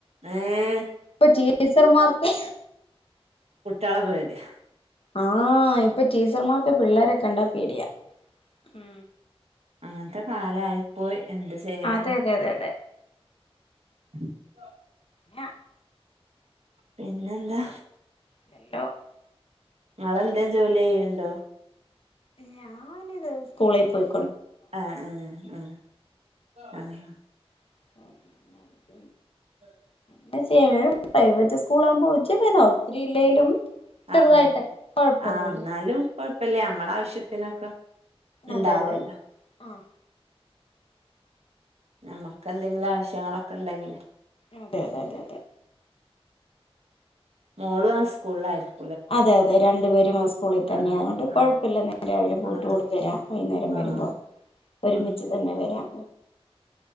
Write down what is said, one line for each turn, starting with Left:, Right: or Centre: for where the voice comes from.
Right: ഏഹ്
Left: ഇപ്പൊ ടീച്ചർമാർക്ക്
Right: കുട്ട്യാള പേടി-
Left: ആഹ ഇപ്പൊ ടീച്ചർമാർക്കെ പിള്ളേരക്കെ കണ്ടാ പേടിയാ ഉ
Right: അങ്ങനത്തെ കാലായിപ്പോയി എന്ത് ചെയ്യാനാ
Left: അതെ അതെ അതെ അതെ
Right: <unintelligible>
Left: ഏ
Right: പിന്നെന്താ
Left: ഹലോ <unintelligible>
Right: ങ്ങളെന്തേം ജോലി ചെയ്യ്ണ്ടോ
Left: ഞാനിത് സ്കൂളിൽ പോയി
Right: ആഹ ഉ ഉ ആഹ
Left: ഉ ഉ ആ
Right: ഉ <unintelligible>
Left: ങ്ങനെ ചെയ്യ പ്രൈവറ്റ് സ്കൂളാകുമ്പോൾ ഒത്തിരി ഇല്ലേലും ചെറുതായിട്ട്
Right: ആഹ്
Left: കൊഴപ്പൊന്നുമില്ല
Right: ആ് എന്നാലും കുഴപ്പില്ലേ നമ്മളെ ആവശ്യത്തിനൊക്കെ ഉണ്ടാവല്ലോ
Left: അതെ അതെ ആഹ
Right: നമ്മക്ക് എന്തെങ്കിലും ആവശ്യങ്ങളൊക്കെ ഉണ്ടെങ്കില്
Left: അതെ അതെ അതെ അതെ
Right: മോളും ആ സ്കൂളിലായിരുന്നു
Left: അതെ അതെ രണ്ടുപേരും ആ സ്കൂളിൽ തന്നെ
Right: ആഹ്
Left: അതുകൊണ്ട് കൊഴപ്പമില്ല
Right: ആഹ്
Left: നേരെ രാവിലെ പോയിട്ട്
Right: ആഹ്
Left: കൂടി വരാം വൈകുന്നേരം
Right: ആഹ്
Left: വരുമ്പോ ഒരുമിച്ച്
Right: ആഹ് ആഹ്
Left: തന്നെ വരാം